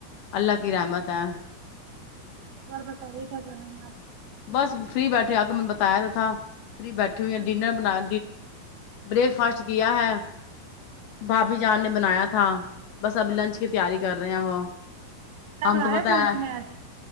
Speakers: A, on the left; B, on the right.
A: اللہ کی رحمت ہے
B: بار بتائیے کیا کر رہے ہیں آپ
A: بس فری بیٹھ رہ آ کے میں بتایا تو تھا فری بیٹھی ہوئی ہیں
B: ہاں
A: ڈنر
B: جی،
A: بنا بریک فاسٹ کیا ہے بھابھی جان نے بنایا تھا بس اب لنچ کی تیاری کر رہے ہیں وہ
B: کیا
A: ہم
B: بنا
A: تو
B: رہے
A: پتا
B: ہیں ان لنچ
A: ہے
B: میں اج